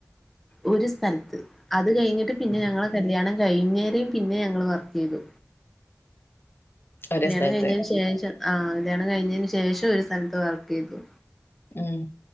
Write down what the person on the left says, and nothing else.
ആ
ഒരേ
സ്ഥലത്ത്
ഉം